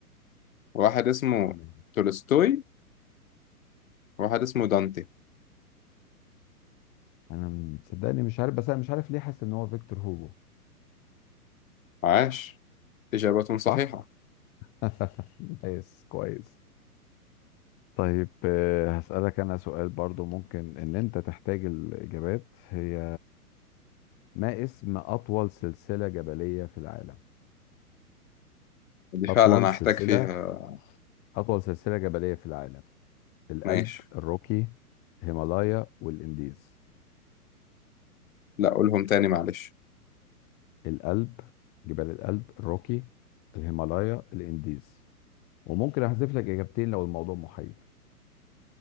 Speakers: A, on the left; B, on the left.
A: واحد اسمه
B: تمام
A: تولستوي واحد اسمه دانتي
B: انا مصدقني مش عارف بس انا مش عارف ليه حاسس ان هو فيكتور هوجو
A: عاش إجابة صحيحة
B: صح <laughs> كويس كويس طيب آه، هسألك انا سؤال برضو ممكن ان انت تحتاج الاجابات هي ما اسم اطول سلسلة جبلية في العالم
A: دي فعلا
B: اطول سلسلة
A: هحتاج فيها
B: اطول سلسلة جبلية في العالم الألب
A: ماشي
B: الروكي الهيمالايا والانديز
A: لا قولهم تاني معلش
B: الألب جبال الألب الروكي الهيمالايا الانديز وممكن احذف لك اجابتين لو الموضوع محير